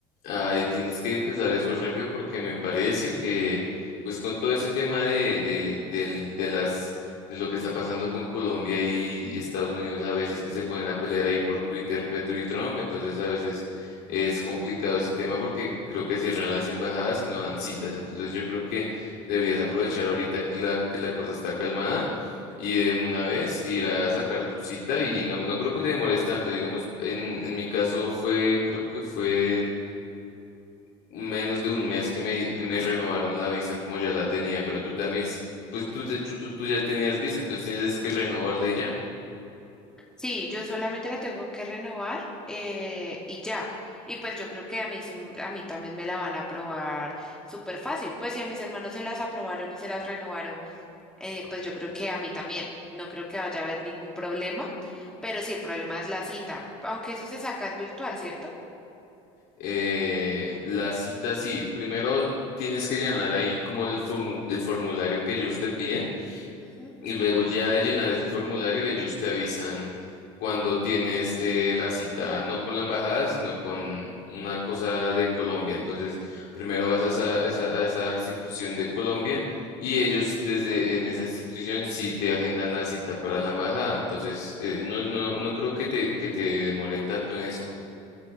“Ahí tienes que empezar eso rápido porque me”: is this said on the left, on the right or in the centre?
Left